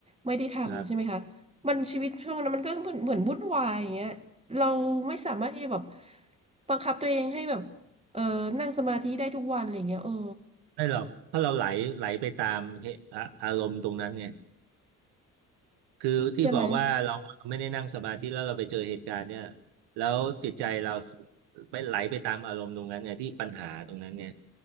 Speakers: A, on the right; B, on the right.
A: ไม่ได้ทำใช่ไหมคะมันชีวิตช่วงนั้นมันก็เหมือนเหมือนวุ่นวายอย่างเงี้ยเราไม่สามารถที่จะแบบ
B: ครับ
A: บังคับตัวเองให้แบบเออนั่งสมาธิได้ทุกวันอะไรอย่างเงี้ยเออ
B: ไม่หรอกเพราะเราไหลไหลไปตามเหตุอะอารมณ์ตรงนั้นไงคือที่บอกว่าเราไม่ได้นั่งสมาธิแล้วเราไปเจอเหตุการณ์เนี่ย
A: ใช่ไหม
B: แล้วจิตใจเราไปไหลไปตามอารมณ์ตรงนั้นไงที่ปัญหาตรงนั้นไง